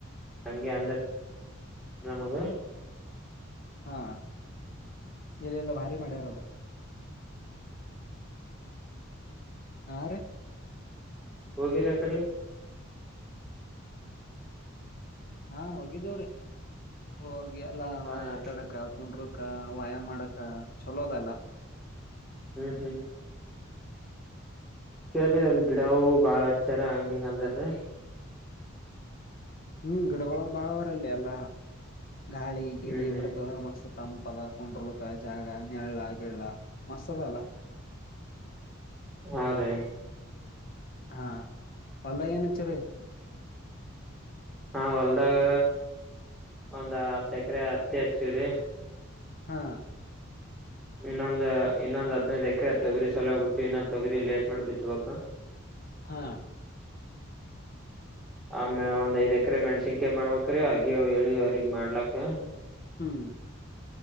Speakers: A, in the centre; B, on the left.
A: ಹಗೆ ಅಂದ. ನಾಮದೇ.
B: ಹಾ- ಇಲ್ಲಲ್ಲ ಭಾರಿ ಮಾಡ್ಯಾರದು. ಹಾರಿ.
A: ಹೋಗಿರಿ -ಆ -ಕಡೆ.
B: ಹಾ- ಹೋಗಿದ್ದೇವ್ರೀ. ಹೋಗಿ ಎಲ್ಲಾ
A: ಹಾ
B: ಒಳಗ
A: ರೀ
B: ಆಟಾಡಕ ಕುಂಡ್ರಕ ವ್ಯಾಯಾಮ ಮಾಡಕ ಚಲೋ ಅದಲ್ಲ.
A: ಹ್ಮ- ಹ್ಮ್. ಕೇಳ್ದ್ರ ಅಲ್ಲಿ ಗಿಡವು ಬಾಳ ಹಚ್ಚಾರ ಹಂಗಿಂಗ ಅಲ್ದ್ರ.
B: ಹ್ಮ್ -ಗಿಡಗಳದ ಬಾಳ್ ಬರಲ್ಲಿ ಎಲ್ಲಾ ಗಾಳಿ ಗಿಳಿ
A: ಹ್ಮ್ ಹ್ಮ್
B: ಬಿಡತ ಅಂದ್ರೆ ಮಸ್. ತಂಪದ ಕುಂಡ್ರಲ್ಕ ಜಾಗ ನಳ ಗಗೆಳ್ಳ ಮಸ್ತ್ ಅದ ಅಲ್ಲ. <inaudible>
A: ಹಾ- ರ್ರೀ
B: ಹಾ- <unintelligible> ಪಲ್ಲ ಏನಚ್ಚರಿ.
A: ಹಾ -ಹೊಲ್ದಾಗ ಒಂದ್ ಹತ್ತ ಎಕರೆ ಹತ್ತಿ ಹಚ್ಚವ್ರಿ.
B: ಹಾ.
A: ಇನ್ನೊಂದ್ ಇನ್ನೊಂದ್ ಹದಿನೈದು ಎಕರೆ ತೊಗರಿ ಸಲ ಬಿಟ್ಟು ಇನ್ನೊಂದ್ ತೊಗಿರಿ ಲೇಟ್ ಮಾಡಿ ಬಿತ್ ಬ.
B: ಹಾ
A: ಆಮೇ ಒಂದ್ಐದ್ ಎಕರೆ ಮೆಣಸಿನ್ಕಿ ಮಾಡ್ಬ್ರೀ ಅಗಿ ಹೇಳಿವ ಅವ್ರಗ್ ಮಾಡ್ಲಕ್ಕ.
B: ಹ್ಮ್.